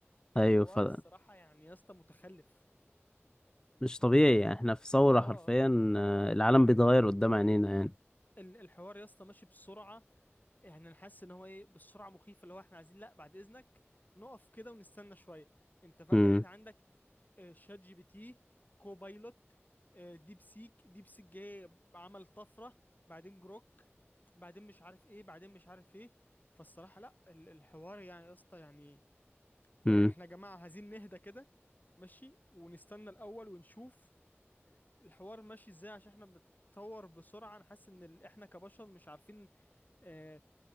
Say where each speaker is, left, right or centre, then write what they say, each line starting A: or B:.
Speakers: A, on the left (about 40°); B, on the left (about 15°).
A: الحوار
B: أيوه فمش
A: الصراحة يعني يا اسطى متخلف
B: طبيعي يعني إحنا في ثورة
A: اه
B: حرفيا آه، العالم بيتغير قدام عينينا يعني
A: ال- الحوار يا اسطى ماشي بسرعة يعني انا حاسس ان هو ايه بالسرعة مخيفة اللي هو احنا عايزين لا بعد اذنك نقف كده ونستنى شوية انت فجأة
B: امم
A: لقيت عندك آه، شات جي بي تي كوبايلوت آه، ديب سيك ديب سيك جه عمل طفرة بعدين جروك بعدين مش عارف ايه بعدين مش عارف ايه فالصراحة لا ال- الحوار يعني يا اسطى يعني آه،
B: امم
A: احنا يا جماعة عايزين نهدى كده ماشي ونستنى الأول ونشوف الحوار ماشي ازاي عشان احنا بنتطور بسرعة انا حاسس ان ال- احنا كبشر مش عارفين آه،